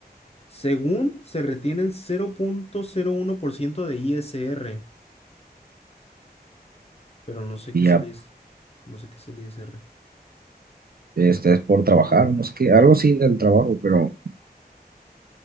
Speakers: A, on the left; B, on the right.
A: según se retiene el 0.01% de ISR, pero no sé
B: y
A: qué es
B: ya,
A: el ISR. No sé qué es el ISR.
B: este es por trabajar, no es que algo sí del trabajo, pero,